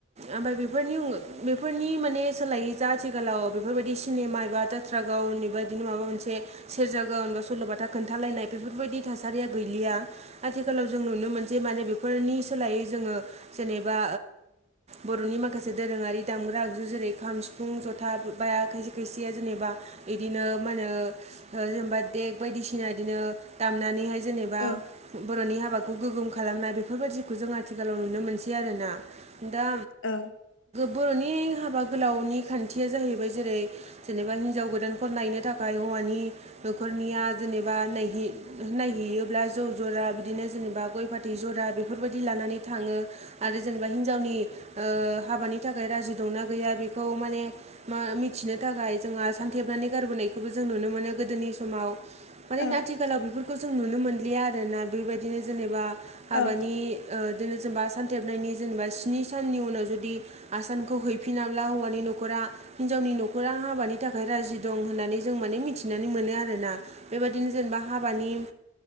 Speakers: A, on the right (about 30°); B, on the left (about 60°).
A: ओमफ्राय बेफोरनि बेफोरनि माने-' सोलायो जा आथिखालाव बेफोरबायदि सिनेमा एबा जाथ्रा गावनिब बिदिनो माबा मोनसे। सेरजागोन होनबा सल'बाथा खोन्थालायनाय बेफोरबायदि थासारिया गैलिया। आथिखालाव जों नुनो मोनसै माने बेफोरनि सोलायै जोङो। जेनेबा बर'नि माखासे दोरोङारि दामग्रा आगजु जेरै खाम। सिफुं ज'था बाया खायसे खायसेया जेनेबा बिदिनो मा होनो। जेनेबा देग बायदिसिना बिदिनो दामनानैहाय जेनेबा।
B: औ औ
A: बर'नि हाबाखौ गोगोम खालामनाय बेफोरबायाददिखौ जों आथिखालाव नुनो मोनसै आरोना दा।
B: औ।
A: बर'नि हाबा गोलावनि खान्थिया जाहैबाय जेरै। जेनेबा हिनजाव गोदानफोर नायनो थाखाय हौवानि। न'खरनिया जेनेबा नायहैयोब्ला ज' जरा। बिदिनो जेनेबा गय फाथै जरा बेफोरबायदि लानानै थाङो। आरो जेनेबा हिन्जावनि हाबानि थाखाय राजि दंना गैया बेखौ माने मा मिथिनो थाखाय जोंहा सानथेबनानै गारबोनायखौबो जों नुनो मोनो गोदोनि समाव मानोना
B: औ
A: आथिखालाव बेफोरखौ जों नुनो मोनलिया आरोना बेबायदिनो जेनेबा
B: औ
A: हाबानि बिदिनो जेनेबा सानथेबनायनि जेनेबा स्नि साननि उनाव जुदि-' आसानखौ हैफिनाब्ला हौवानि न'खरा हिनजावनि न'खरा हाबानि थाखाय राजि दं होननानै जों माने मिथिनानै मोनो आरोना। बेबायदिनो जेनेबा हाबानि